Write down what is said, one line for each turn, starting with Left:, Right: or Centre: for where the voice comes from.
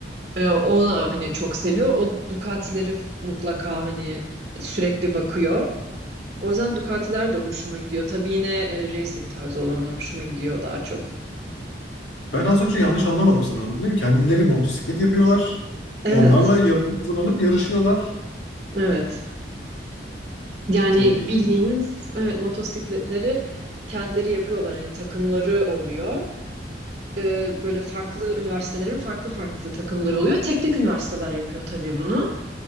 Right: Ee, o da hani çok seviyor. O Ducati'leri f- mutlaka hani sürekli bakıyor. O yüzden Ducati'ler de hoşuma gidiyor. Tabii yine e, racing tarzı olanlar hoşuma gidiyor daha çok.
Left: Ben az önce yanlış anlamadım sanırım değil mi? Kendileri motosiklet yapıyorlar.
Right: Evet,
Left: Onlarla yarışa hazırlanıp yarışıyorlar.
Right: evet. Yani
Left: Çok ilginç.
Right: bildiğiniz evet motosikletleri kendileri yapıyorlar. Hani takımları oluyor. Ee, böyle farklı üniversitelerin farklı farklı takımları oluyor. Teknik üniversiteler yapıyor tabii bunu.